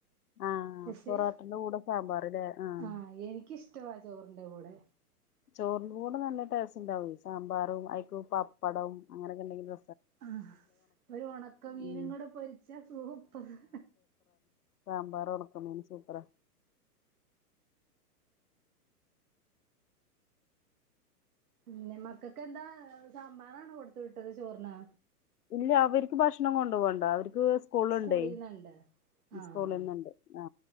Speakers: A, on the left; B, on the right.
A: ആഹ്
B: പക്ഷെ
A: പൊറോട്ടന്റെ കൂടെ സാമ്പാറ്ല്ലേ ആഹ്
B: ആ എനിയ്ക്കിഷ്ടവാ ചോറിന്റെ കൂടെ
A: ചോറിന്റെ കൂടെ നല്ല ടേസ്റ്റുണ്ടാവേ സാമ്പാറും അയ്ക്കോ പപ്പടം അങ്ങനെക്കെന്തെങ്കിലും
B: ആ ഒരു ഉണക്കമീനും
A: ഉം
B: കൂടെ പൊരിച്ചാ സൂപ്പറെ
A: സാമ്പാറും ഉണക്കമീനും സൂപ്പറാ
B: പിന്നെ മക്കക്കെന്താ സാമ്പാറാണോ കൊടുത്തു വിട്ടത് ചോറിനെ
A: ഇല്ല അവരക്ക് ഭക്ഷണം കൊണ്ടു പോവണ്ട അവർക്ക് സ്കൂളുണ്ടേ
B: സ്കൂളീന്നണ്ട് ആഹ്
A: സ്കൂളീന്നുണ്ടെ ആ